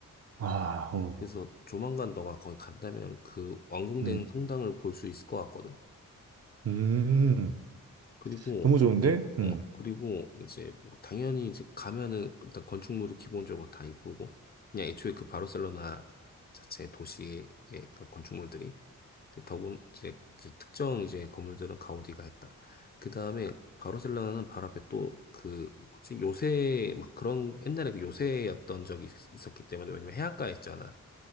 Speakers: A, on the right (about 45°); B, on the left (about 30°).
A: 아, 어,
B: 그래서 조만간 너가 거기 간다면 그 완공된
A: 음,
B: 성당을 볼 수 있을 것 같거든.
A: 음,
B: 그리고,
A: 너무 좋은데? 음,
B: 어, 그리고 이제 뭐 당연히 이제 가면은 일단 건축물이 기본적으로 다 이쁘고, 그냥 애초에 그 바르셀로나 자체 도시의 그 건축물들이 이제 더군 이제 특정 이제 건물들은 가우디가 했다. 그 다음에 바르셀로나는 바로 앞에 또 그 뭐지 요새 막 그런 옛날에 그 요새였던 적이 있- 있었기 때문에 왜냐면 해안가에 있잖아.